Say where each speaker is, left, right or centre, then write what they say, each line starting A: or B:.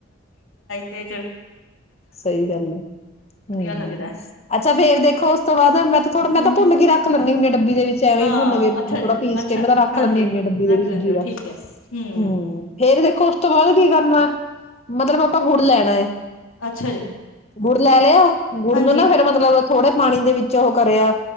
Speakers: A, on the left; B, on the left.
A: ਤੇਜ
B: ਸਹੀ ਗੱਲ ਹੈ ਹਮ
A: ਲੱਗਦਾ
B: ਅੱਛਾ ਫੇਰ ਦੇਖੋ ਉਸ ਤੋਂ ਬਾਅਦ ਮੈਂ ਤਾਂ ਥੋੜਾ ਮੈਂ
A: ਹੂੰ-ਹੂੰ
B: ਤਾਂ ਭੁੰਨ ਕੇ ਰੱਖ ਲੈਦੀ ਹੁੰਦੀ ਹਾਂ ਡੱਬੀ ਦੇ ਵਿੱਚ ਐਵੇਂ
A: ਹਾਂ
B: ਹੀ ਭੁੰਨ ਕੇ
A: ਅੱਛਾ
B: ਥੋੜਾ
A: ਜੀ
B: ਪੀਸ
A: ਅੱਛਾ
B: ਕਿਵੇਂ ਤਾਂ ਰੱਖ
A: ਹਾਂਜੀ
B: ਲੈਂਨੀ ਹੁੰਦੀ ਆ ਡੱਬੀ
A: ਰੱਖ
B: ਦੇ ਵੀ ਦੂਜੀ
A: ਲੈਂਦੇ ਹੋ
B: ਦਾ
A: ਠੀਕ ਹੈ ਹੂੰ
B: ਹਮ ਫੇਰ ਦੇਖੋ ਉਸ ਤੋਂ ਬਾਅਦ ਕੀ ਕਰਨਾ ਮਤਲਬ ਆਪਾਂ ਗੁੜ ਲੈਣਾ ਹੈ
A: ਅੱਛਾ ਜੀ
B: ਗੁੜ ਲੈ ਲਿਆ ਗੁੜ
A: ਹਾਂਜੀ
B: ਨੂੰ ਨਾ ਫੇਿਰ ਮਤਲਬ ਥੋੜੇ ਪਾਣੀ ਦੇ ਵਿੱਚ ਚ ਉਹ ਕਰਿਆ